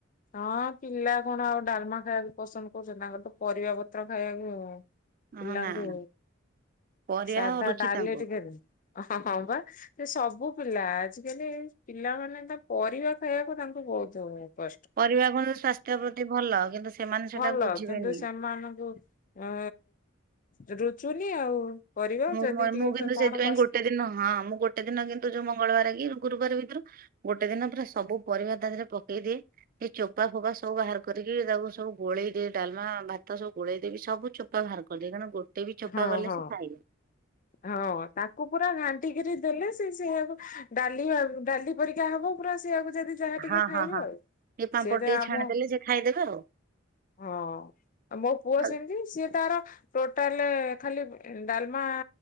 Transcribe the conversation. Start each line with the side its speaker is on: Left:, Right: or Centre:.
Left: ହଁ ପିଲା କଣ ଆଉ ଡାଲମା ଖାଇବାକୁ ପସନ୍ଦ କରୁଛନ୍ତି ତାଙ୍କର ତ ପରିବା ପତ୍ର ଖାଇବାକୁ ଆଉ। ପିଲାଙ୍କୁ
Right: ହଁ ନା ନା ପରିବା
Left: ସାଧା
Right: ରୁଚି
Left: ଡାଲି
Right: ତାଙ୍କୁ
Left: ଟୀକେ ଦେ ହଁ ହଁ ବା ସେ ସବୁ ପିଲା ଆଜିକାଲି ପିଲାମାନୋନ ତା ପରିବା ଖାଇବାକୁ ତାଙ୍କୁ ବହୁତ <inaudible>
Right: ପରିବା କଣ ସ୍ୱାସ୍ଥ୍ୟ ପ୍ରତି ଭଲ କିନ୍ତୁ ସେମାନେ
Left: ଭଲ
Right: ସେଟା ବୁଝିବେନି
Left: କିନ୍ତୁ ସେମାନଙ୍କୁ ଅଁ ଆଉରୁଚୁନି ଆଉ ପରିବା
Right: ମୁଁ
Left: ଯଦି
Right: ମାନୁ
Left: ଟିକେ
Right: କିଂନ୍ତୁ ସେଥିପାଇଁ
Left: କଣ କସ
Right: ଗୋଟେ ଦିନ ହଁ ମୁଁ ଗୋଟେ ଦିନ କିନ୍ତୁ ଯୋଉ ମଙ୍ଗଳବାର କି ଗୁରୁବାର ଭିତରୁ ଗୋଟେ ଦିନ ପୁରା ସବୁ ପରିବା ତା ଦେହରେ ପକେଇ ଦିଏ ସେ ଚୋପା ଫୋପା ସବୁ ବାହାର କ- ିକି ତାକୁ ସବୁ ଗୋଳେଇଦି ଡାଲମ ଭାତ ସବୁ ଗୋଳେଇ ଦେବି ସବୁ ଚୋପା ବାହାର କରିଦିଏ। ଗୋଟେ ବି ଚୋପା
Left: ହଁ
Right: ଗଲେ
Left: ହଁ।
Right: ସେ ଖାଏନି।
Left: ହଁ ତାକୁ ପୁରା ଘାଣ୍ଟିକିରି ଦେଲେ ସେ ସେ ସେୟାକୁ ଡାଲି ଆଉ ଡାଲି ପରିକା ହବ ପୁରା ସେଇଆକୁ ଯଦି ଯାହା ଟିକେ
Right: ହଁ
Left: ଖାଇବା
Right: ହଁ ହଁ
Left: ଆଉ।
Right: ଟିକେ ପାମ୍ପଡ଼
Left: ସେତ
Right: ଟିକେ
Left: ଆମ
Right: ଛାଣିଦେଲେ ସେ ଖାଇଦେବେ ଆଉ।
Left: ହଁ ମୋ ପୁଅ
Right: ଆଉ
Left: ସେମିତି ସିଏ ତାର ଟୋଟାଲ ଖାଲି ଡାଲମା